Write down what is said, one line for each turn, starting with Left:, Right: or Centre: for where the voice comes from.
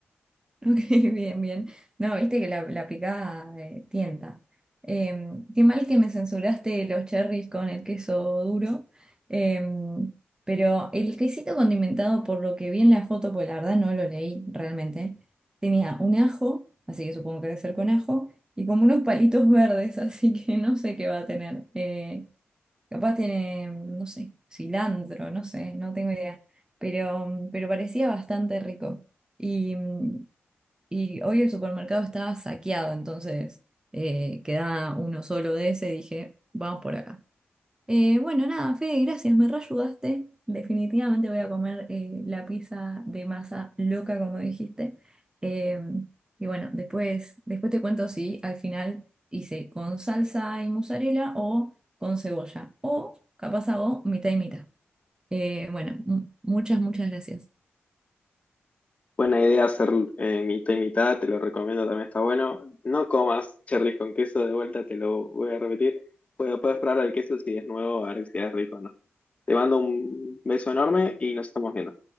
Right: Ok, <laughs> bien, bien. No, viste que la, la picada eh, tienta. Em, qué mal que me censuraste los cherries con el queso duro. Em, pero el quesito condimentado, por lo que vi en la foto, pues la verdad no lo leí realmente, tenía un ajo, así que supongo que debe ser con ajo, y como unos palitos verdes, <laughs> así que no sé qué va a tener. Eh, capaz tiene, no sé, cilantro, no sé, no tengo idea. Pero, pero parecía bastante rico. Y. mm, y hoy el supermercado estaba saqueado, entonces eh, quedaba uno solo de ese. Dije, vamos por acá. Eh, bueno, nada, Fede, gracias, me reayudaste. Definitivamente voy a comer eh, la pizza de masa loca, como dijiste. Eh, y bueno, después, después te cuento si al final hice con salsa y mozzarella o con cebolla. O capaz hago mitad y mitad. Eh, bueno, mu- muchas, muchas gracias.
Left: Buena idea hacer eh, mitad y mitad, te lo recomiendo, también está bueno. No comas cherry con queso, de vuelta te lo voy a repetir. Puedes, puedes probar el queso si es nuevo, a ver si es rico o no. Te mando un beso enorme y nos estamos viendo.